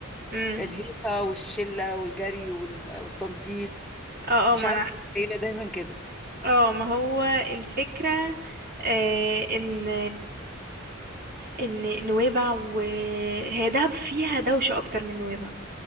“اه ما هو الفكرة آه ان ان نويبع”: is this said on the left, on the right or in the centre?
Right